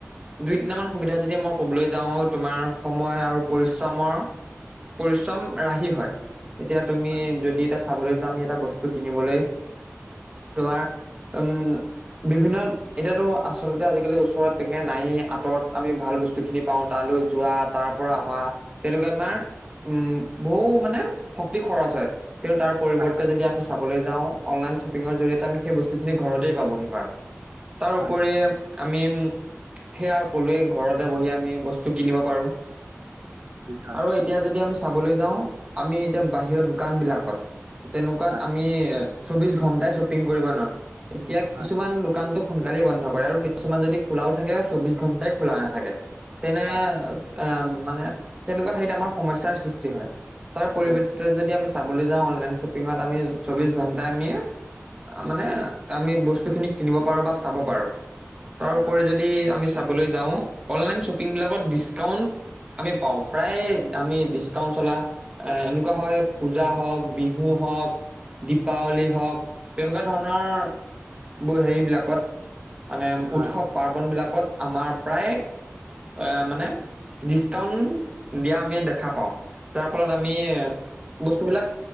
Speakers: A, on the right (about 20°); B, on the right (about 45°).
A: দুই তিনিটামান সুবিধা যদি মই কবলৈ যাওঁ তোমাৰ সময় আৰু পৰিশ্ৰমৰ। পৰিশ্ৰম ৰাহি হয়, এতিয়া তুমি
B: হয়
A: যদি এতিয়া চাবলৈ যোৱা আমি এটা বস্তু কিনিবলৈ তোমাৰ উম বিভিন্নত এতিয়াতো আচলতে আজিকালি ওচৰত তেনেকে নাই আঁতৰত আমি ভাল বস্তু যোনখিনি পাওঁ, তালৈ যোৱা তাৰ পৰা অহা তেনেকুৱা আমাৰ উম, বহু মানে শক্তি খৰচ হয়, কিন্তু তাৰ পৰিৱৰ্তে
B: হয়
A: যদি আমি চাবলৈ যাওঁ অনলাইন শ্বপিঙৰ জৰিয়তে আমি সেই বস্তুখিনি ঘৰতেই পাবহি পাৰোঁ। তাৰ
B: হয়
A: উপৰি
B: হয় হয় হয়
A: আমি সেয়া কলোৱে ঘৰতে বহি আমি বস্তু কিনিব পাৰোঁ।
B: হয়
A: আৰু এ। যদি আমি চাবলৈ যাওঁ আমি এতিয়া বাহিৰ দোকানবিলাকত তেনেকুৱাত।
B: হয়
A: আমি চৌবিশ ঘন্টাই শ্বপিং কৰিব নোৱাৰোঁ এতিয়া
B: হয়
A: কিছুমান দোকানতো। সোনকালে বন্ধ কৰে আৰু কিছুমান যদি খোলাও থাকে ঘন্টাই খোলা নাথাকে তেনে।
B: হয়
A: অ মানে তেনেকুৱা হেয়িত আমাৰ সমস্যাৰ সৃষ্টি হয় তাৰ পৰিবৰ্তিত
B: হয়
A: যদি আমি চাবলৈ যাওঁ অনলাইন শ্বপিংত আমি চৌবিশ ঘন্টা আমি। তামানে আমি বস্তুখিনি কিনিব পাৰোঁ বা চাব পাৰো তাৰোপৰি
B: হয়
A: যদি। যদি আমি চাবলৈ যাওঁ অনলাইন শ্বপিং বিলাকত ডিচকাউন। আমি পাওঁ প্ৰায় আমি ডিচকাউন্ট চলা। এনেকুৱা হয় পূজা হওঁক বিহু হওক। দীপাৱলী হওঁক তেনেকুৱা ধৰণৰ। বৈ হেৰিবিলাকত মানে
B: হয়
A: উৎসৱ পাৰ্বনবিলাকত আমাৰ প্ৰায়। অ মানে। দিচকাউন দিয়া আমি দেখা পাওঁ যাৰফলত আমি। বস্তুবিলাক